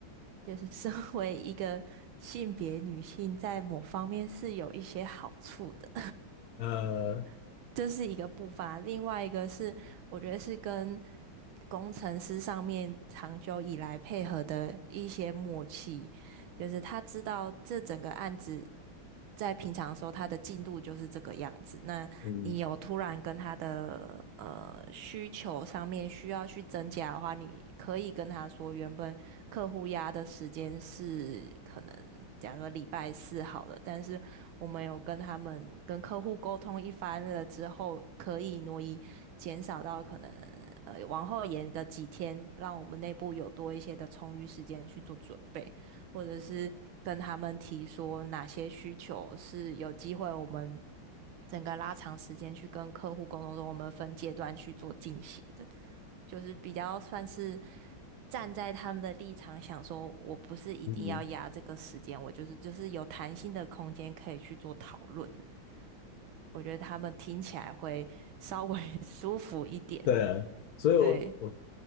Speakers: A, on the right; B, on the left.
A: 就是身 <laughs> 为一个性别女性，在某方面是有一些好处的，
B: <laughs> 呃，
A: <laughs> 这是一个步伐。另外一个是，我觉得是跟工程师上面长久以来配合的一些默契。就是他知道这整个案子在平常的时候他的进度就是这个样子。那你有突然跟他的呃需求上面需要去增加的话，
B: 嗯
A: 你可以跟他说，原本客户压的时间是可能假如说礼拜四好了，但是我们有跟他们跟客户沟通一番了之后，可以挪移减少到可能呃往后延个几天，让我们内部有多一些的充裕时间去做准备。或者是跟他们提说哪些需求是有机会我们整个拉长时间去跟客户沟通中，我们分阶段去做进行的，就是比较算是站在他们的立场想说，我不是一定要压这个时间，
B: 嗯，
A: 我就是就是有弹性的空间可以去做讨论的我觉得他们听起来会稍微 <laughs> 舒服一点，
B: 对啊，所以我我
A: 对，